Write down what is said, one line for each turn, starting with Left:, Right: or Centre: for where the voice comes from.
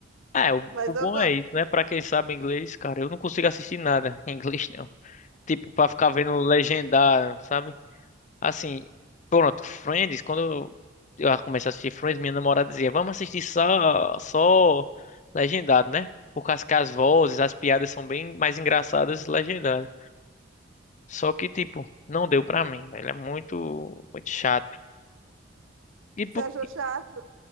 Left: é o,
Right: Mas
Left: o bom
Right: eu gosto.
Left: é isso, né? Pra quem sabe inglês, cara, eu não consigo assistir nada em inglês, não. Tipo, pra ficar vendo legendar, sabe? Assim, pronto, Friends, quando eu, eu comecei a assistir Friends, minha namorada dizia, vamos assistir só, só legendado, né? Por causa que as vozes, as piadas são bem mais engraçadas legendadas. Só que, tipo, não deu pra mim, velho. É muito, muito chato. E
Right: Você
Left: por,
Right: achou chato?